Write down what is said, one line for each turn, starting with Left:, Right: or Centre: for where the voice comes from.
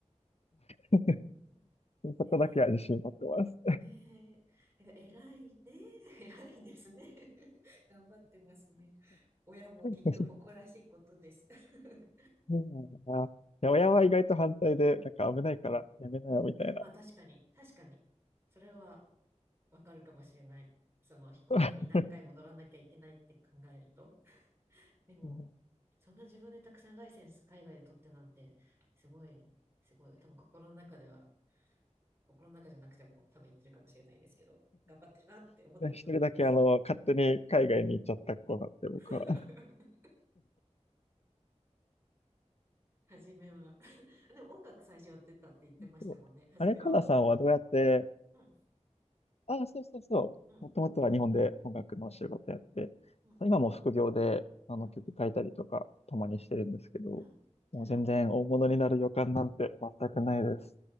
Left: う、<laughs> そこだけは自信持ってます。
Right: えーええ、<laughs> なんか偉いね。<laughs> 偉いですね。<laughs> 頑張ってますね。親もきっと誇らしいことです。
Left: <laughs>
Right: <laughs>
Left: そうなんだな。いや、親は意外と反対で、なんか危ないからやめなよみたいな。
Right: まあ確かに、確かに。それはわかるかもしれない。その飛行機に何回も乗らなきゃいけないって考えると。
Left: <laughs>
Right: <laughs> でも、
Left: うん
Right: そんな自分でたくさんライセンス海外で取ってなんて、すごい、すごい。多分心の中では、心の中じゃなくても多分言ってるかもしれないですけど、頑張ってるなって思ってると思いますよ。
Left: 一人だけあの、勝手に海外に行っちゃった子なんで、僕は。
Right: <laughs> 初めは <laughs> でも音楽最初やってたって言ってましたもんね。
Left: そうあれ、
Right: 初めは音楽。
Left: かなさんはどうやって、
Right: うん、
Left: ああ、そうそうそう。
Right: うん、
Left: もともとは日本で音楽のお仕事やって、
Right: うん、
Left: 今も副業であの曲書いたりとか、
Right: うん、うん、うん、
Left: たまにしてるんですけど、
Right: うん、うん。あ、じゃあ、
Left: もう全然大物になる予感なんて全くないです。